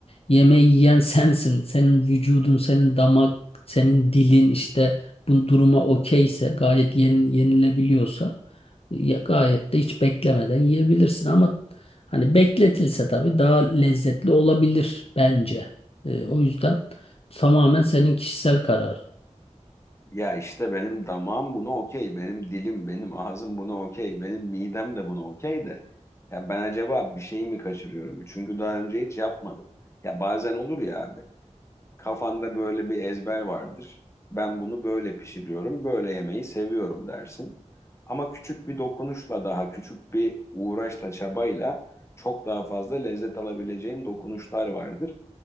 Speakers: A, on the left; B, on the left.
A: yemeği yiyen sensin. Senin vücudun, senin damak, senin dilin işte bu duruma okeyse gayet yeni- yenilebiliyorsa ya gayet de hiç beklemeden yiyebilirsin ama Hani bekletilse tabii daha lezzetli olabilir bence. Ee, o yüzden tamamen senin kişisel kararın.
B: Ya işte benim damağım buna okey, benim dilim, benim ağzım buna okey, benim midem de buna okey de ya ben acaba bir şey mi kaçırıyorum? Çünkü daha önce hiç yapmadım. Ya bazen olur ya abi. Kafanda böyle bir ezber vardır. Ben bunu böyle pişiriyorum, böyle yemeği seviyorum dersin. Ama küçük bir dokunuşla daha küçük bir uğraşla, çabayla çok daha fazla lezzet alabileceğin dokunuşlar vardır.